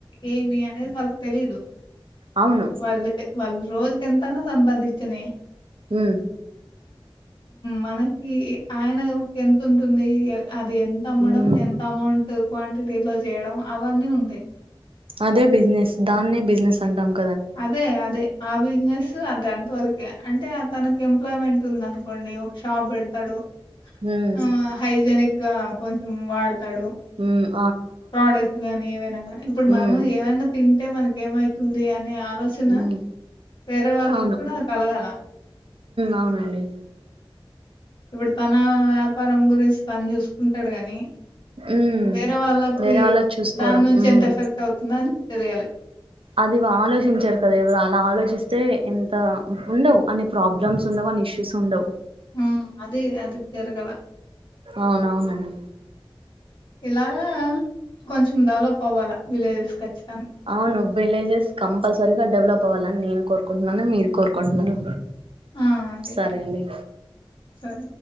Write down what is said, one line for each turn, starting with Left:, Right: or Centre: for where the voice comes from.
Left: ఏమి అనేది వర్క్ తెలి ఇదు
Right: అవును
Left: వాళ్ళు వాళ్ళు రోజుక ఎంతనా సంపాదించిన
Right: అ
Left: మనకి ఆయన ఎంత ఉంటుంది అది ఎంత అమ్మడం
Right: ఉమ్
Left: ఎంత అమౌంట్ క్వాంటిటీలో చేయడం అవన్నీ ఉంటాయి
Right: అదే బిజినెస్ దాన్నే బిజినెస్ అంటాము
Left: అదే అదే బిజినెస్ అది ఎంత వరకే అంటే తనకి ఎంప్లాయ్మెంట్ ఉంది అనుకోండి ఒక షాప్ పె ాడు
Right: ఉమ్
Left: ఆ హైజనిక్ గా కొంచెం వాడతాడు
Right: హ
Left: ప్రోడక్ట్స్ గాని ఏవైనా నీ ఇప్పుడు మనము
Right: ఉమ్
Left: ఏమైనా తింటే మనక ఏమైతుంది అని అనే ఆలోచన
Right: ఉమ్
Left: వేరే వాళ్ళకి
Right: అవును
Left: కూడా కలగాలం
Right: అవునండి
Left: ఇప్పుడు తన వ్యాపారం గురించి తను చూసుకుంటాడు కాని
Right: ఉమ్
Left: వేరే వాళ్ళకి
Right: వేరే చూసుకోవడం
Left: దాని నుంచి
Right: ఉమ్
Left: ఎంత ఎఫెక్ట్ అవుతుందని తెలియాలి
Right: అది ఆలోచించారు కదా ఎవరు అలా ఆలోచిస్తే ఎంత ఉండవు అన్ని ప్రాబ్లమ్స్ ఉండవు నిశసి ఉండవు
Left: ఉమ్, అది అది జరగాల
Right: అవునవునండి
Left: ఇలాగా కొంచెం డెవలప్ అవ్వాలా విలేజెస్ ఖచ్చితంగా
Right: అవును విలేజెస్ కంపల్సరి ఇ డెవలప్ అవ్వాలని నేను కోరుకుంటున్నాను మీరు కోరుకుంటున్నాను
Left: ఆ, అదే
Right: సరే అండి
Left: సరే